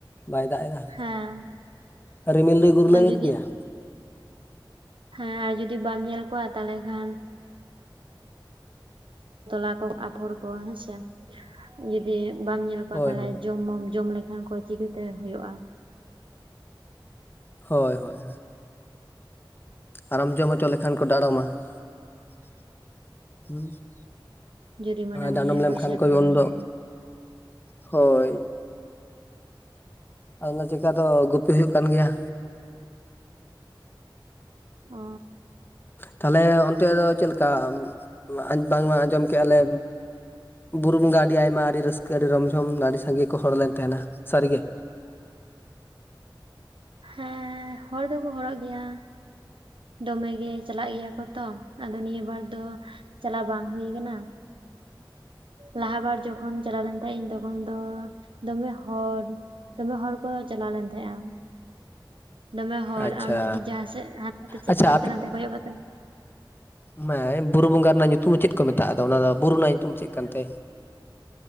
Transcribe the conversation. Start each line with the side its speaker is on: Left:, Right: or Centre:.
Left: ᱵᱟᱭ ᱫᱟᱜ ᱮᱫᱟ᱾
Right: ᱦᱮᱸ,
Left: ᱨᱤᱢᱤᱞ ᱫᱚᱭ ᱜᱩᱨᱞᱟᱹᱣᱮᱫ
Right: ᱟᱨ ᱡᱩᱫᱤ
Left: ᱜᱮᱭᱟ
Right: ᱦᱮᱸ ᱟᱨ ᱡᱩᱫᱤ ᱵᱟᱢ ᱧᱮᱞ ᱠᱚᱣᱟ ᱛᱟᱦᱞᱮ ᱠᱷᱟᱱ ᱛᱚᱞᱟ ᱠᱚ ᱟᱯᱷᱚᱨ ᱠᱚ ᱦᱮᱸᱥᱮ ᱡᱩᱫᱤ ᱵᱟᱢ ᱧᱮᱞ <unintelligible>
Left: ᱦᱳᱭ ᱦᱳᱭ
Right: ᱡᱚᱢ ᱢᱚᱢ ᱡᱚᱢ ᱞᱮᱠᱷᱟᱱ ᱠᱚ ᱪᱤᱠᱟᱹᱛᱮ ᱦᱳᱭᱳᱜᱼᱟ᱾
Left: ᱦᱳᱭ ᱦᱳᱭ ᱦᱳᱭ ᱟᱨᱚᱢ ᱡᱚᱢ ᱦᱚᱪᱚ ᱞᱮᱠᱷᱟᱱ ᱠᱚ ᱰᱟᱲᱚᱢᱟ ᱾
Right: ᱡᱩᱨᱤ ᱢᱟᱱᱟ
Left: ᱰᱟᱰᱚᱢ
Right: ᱢᱮᱭᱟᱭ
Left: ᱞᱮᱢ
Right: ᱯᱚᱭᱥᱟ
Left: ᱠᱷᱟᱱ ᱠᱚ
Right: ᱠᱚᱭ
Left: ᱩᱱ
Right: ᱮᱢᱮᱭᱟ
Left: ᱫᱚ, ᱦᱳᱭ ᱟᱫᱚ ᱚᱱᱟ ᱪᱮᱠᱟ ᱫᱚ ᱜᱩᱯᱤ ᱦᱩᱭᱩᱜ ᱠᱟᱱ ᱜᱮᱭᱟ᱾
Right: ᱚ
Left: ᱛᱟᱦᱚᱞᱮ ᱚᱱᱛᱮ ᱫᱚ ᱪᱮᱫ ᱞᱮᱠᱟ ᱟᱡ ᱵᱟᱝ ᱢᱟ ᱟᱸᱡᱚᱢ ᱠᱮᱫᱟ ᱞᱮ ᱵᱩᱨᱩ ᱵᱚᱸᱜᱟ ᱟᱹᱰᱤ ᱟᱭᱢᱟ ᱟᱹᱰᱤ ᱨᱟᱹᱥᱠᱟᱹ ᱟᱹᱰᱤ ᱨᱚᱢ ᱡᱷᱚᱢ ᱟᱹᱰᱤ ᱥᱟᱸᱜᱮ ᱠᱚ ᱦᱚᱲ ᱞᱮᱱ ᱛᱟᱦᱮᱱᱟ ᱥᱟᱹᱨᱤ ᱜᱮ᱾
Right: ᱦᱮᱸ ᱦᱚᱲ ᱫᱚ ᱠᱚ ᱦᱚᱨᱚᱜ ᱜᱮᱭᱟ᱾ ᱫᱚᱢᱮ ᱜᱮ ᱪᱟᱞᱟᱜ ᱜᱮᱭᱟ ᱠᱚ ᱛᱚ, ᱟᱫᱚ ᱱᱤᱭᱟᱹ ᱵᱟᱨ ᱫᱚ ᱪᱟᱞᱟᱣ ᱵᱟᱝ ᱦᱩᱭ ᱠᱟᱱᱟ᱾ ᱞᱟᱦᱟ ᱵᱟᱨ ᱡᱚᱠᱷᱚᱱ ᱪᱟᱞᱟᱣ ᱞᱮᱱ ᱛᱟᱸᱦᱮ ᱤᱧ ᱛᱚᱠᱷᱚᱱ ᱫᱚ ᱫᱚᱢᱮ ᱦᱚᱲ᱾ ᱫᱚᱢᱮ ᱦᱚᱲ ᱠᱚ ᱪᱟᱞᱟᱣ ᱞᱮᱱ ᱛᱟᱦᱮᱸᱼᱟ᱾ ᱫᱚᱢᱮ ᱦᱚᱲ
Left: ᱟᱪᱪᱷᱟ
Right: ᱟᱢ ᱡᱩᱫᱤ ᱡᱟᱸᱦᱟᱸ ᱥᱮᱫ ᱦᱟᱱᱛᱮ
Left: ᱟᱪᱪᱷᱟ
Right: ᱦᱟᱱᱛᱮ ᱱᱟᱛᱮ ᱠᱚᱭᱚᱜ ᱠᱟᱛᱮ
Left: ᱢᱟᱹᱭ ᱵᱩᱨᱩ ᱵᱚᱸᱜᱟ ᱨᱮᱱᱟᱜ ᱧᱩᱛᱩᱢ ᱫᱚ ᱪᱮᱫ ᱠᱚ ᱢᱮᱛᱟᱜᱼᱟ, ᱟᱫᱚ ᱚᱱᱟ ᱫᱚ ᱵᱩᱨᱩ ᱨᱮᱱᱟᱜ ᱧᱩᱛᱩᱢ ᱪᱮᱫ ᱠᱟᱱ ᱛᱮ?